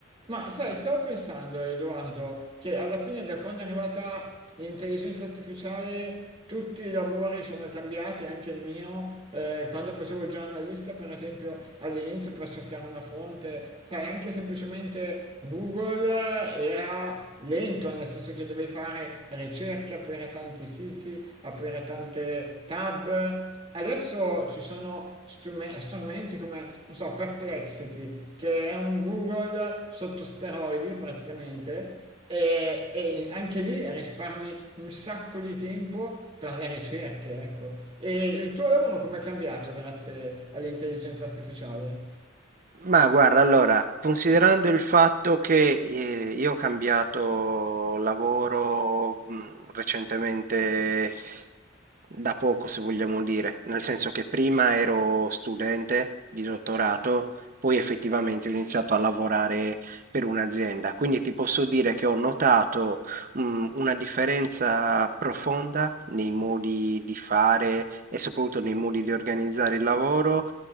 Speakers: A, on the right; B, on the right.
A: Ma sai, stavo pensando, Edoardo, che alla fine da quando è arrivata l'intelligenza artificiale tutti i lavori sono cambiati, anche il mio, eh, quando facevo il giornalista, per esempio, all'inizio per cercare una fonte, sai, anche semplicemente Google era lento, nel senso che dovevi fare ricerche, aprire tanti siti, aprire tante tab, Adesso ci sono strume- strumenti come, non so, Perplexity, che è un Google sotto steroidi praticamente, e, e anche lì risparmi un sacco di tempo per le ricerche, ecco. E il tuo lavoro come è cambiato grazie all'intelligenza artificiale?
B: Ma guarda, allora, considerando il fatto che eh, io ho cambiato lavoro mh, recentemente da poco, se vogliamo dire, nel senso che prima ero studente di dottorato, poi effettivamente ho iniziato a lavorare per un'azienda, quindi ti posso dire che ho notato mh, una differenza profonda nei modi di fare e soprattutto nei modi di organizzare il lavoro